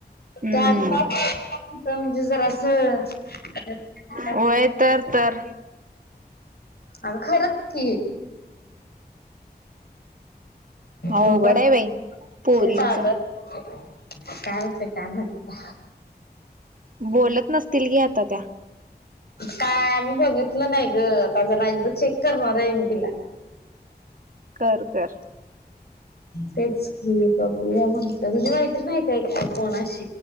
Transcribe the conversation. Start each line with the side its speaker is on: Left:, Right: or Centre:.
Right: हम्म
Left: त्या आ म्हणजे जर अस हम्
Right: होय तर तर
Left: अगं खरंच
Right: होघडा
Left: बघू आता
Right: आहे बाई पोरींच
Left: विषय चालू आहे काय होते कामता
Right: बोलत नसतील की आता त्या
Left: काय आम्ही बघितलं नाही गता जण एकदा चेक करणार आहे मी तिला
Right: कर कर
Left: तेच की प्रक्रिया म्हणत तुझी माैत्री नाही काय का कोणाशी